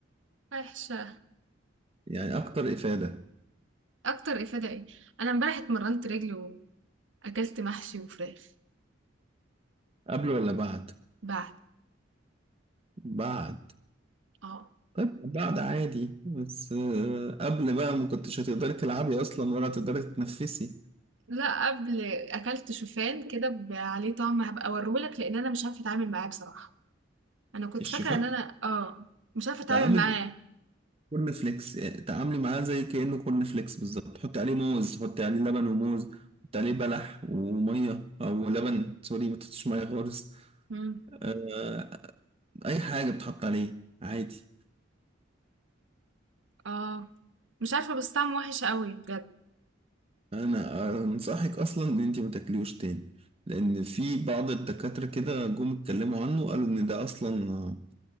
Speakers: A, on the right; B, on the right.
A: وحشة.
B: يعني أكتر إفادة
A: أكتر إفادة إيه؟ أنا امبارح اتمرّنت رِجل وأكلت محشي وفراخ
B: قبل ولا بعد؟
A: بعد
B: بعد
A: آه.
B: طيب بعد عادي بس آه، قبل بقى ما كنتش هتقدري تلعبي اصلا ولا هتقدري تتنفسي
A: لأ، قبل أكلت شوفان كده ب عليه طعم هابقى أوريه لك، لإن أنا مش عارفة أتعامل معاه بصراحة. انا كنت
B: الشوفان
A: فاكره ان انا اه مش عارفه
B: ده
A: اتعامل
B: عامل
A: معاه
B: كورن فليكس آه، تعاملي معاه زي كأنه كورن فليكس بالظبط حطي عليه موز حطي عليه لبن وموز حطي عليه بلح وميه او لبن سوري ما تحطيش ميه خالص
A: مم.
B: آه، اي حاجه بتحط عليه عادي
A: اه مش عارفه بس طعمه وحش قوي بجد
B: انا آه، انصحك اصلا ان انت ما تاكليهوش تاني لان في بعض الدكاتره كده جم اتكلموا عنه قالوا ان ده اصلا آه،